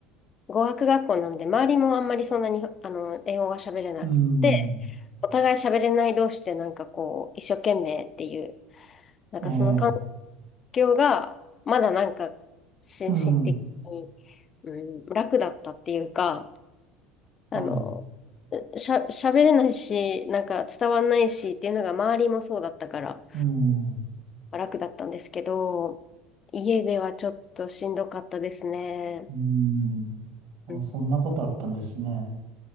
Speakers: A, on the left; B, on the right.
A: 語学学校なので、周りもあんまりそんなに、あの、英語が喋れなくて、
B: うん、
A: お互い喋れない同士で、なんかこう、一生懸命っていう、なんかその感
B: ええ、
A: 業が、まだなんか、心身的に、
B: うん、
A: うん、楽だったっていうか、あの、
B: はい、
A: しゃ、喋れないし、なんか伝わんないしっていうのが周りもそうだったから
B: うん、
A: 楽だったんですけど、家ではちょっとしんどかったですね。
B: うん。あ、
A: うん。
B: そんなことあったんですね。